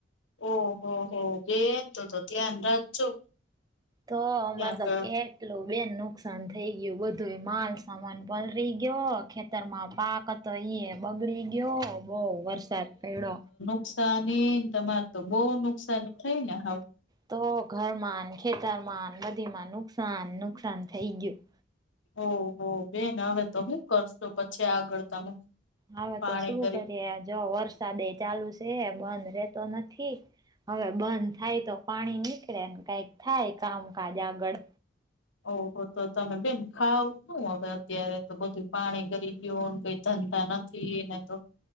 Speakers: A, on the left (about 85°); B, on the right (about 20°).
A: ઓહો હો બેન તો તો ધ્યાન રાખજો.
B: તો અમારે
A: ક્યાંક
B: તો કેટલું બેન નુકસાન થઈ ગયું બધું એ માલ સામાન. પલરી ગયો ખેતરમાં પાક હતો ઈ બગડી ગયો. બહ વરસાદ પણ.
A: નુકસાનીને તમારે તો બહુ નુકસાન થઈ ને હ.
B: તો ઘરમાં ખેતરમાં નદી માં નુકસાન નુકસાન થઈ ગયું.
A: ઓહો બેન હવે તો શું કરશું પછી આગળ તમે.
B: હવે
A: પાણી
B: તો શું
A: કરી
B: કરીએે જો વરસાદ એ ચાલુ છે બંધ રેતો નથી. હવે બંધ થાય તો પાણી નીકળેને કઈક થાય કામકાજ આગળ.
A: ઓહો તો તમે બેન ખાવ શું હવે અત્યારે તો બધું પાણી ગરી ગું કઈ ધંધા નથી. એ ને તો.